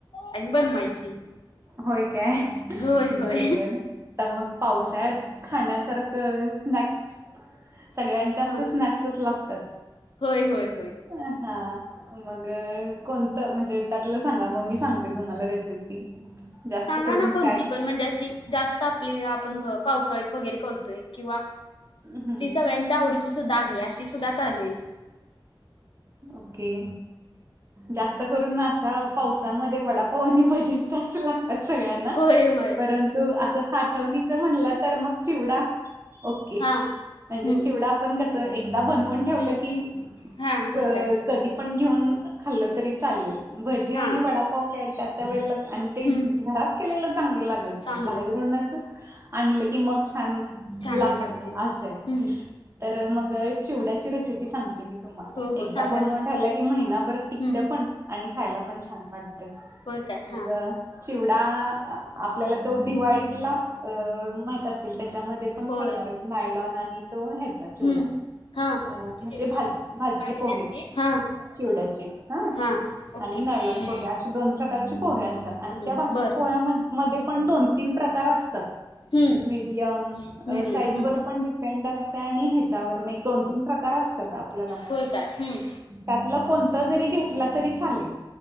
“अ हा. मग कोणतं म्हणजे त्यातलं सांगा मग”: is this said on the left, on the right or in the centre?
Right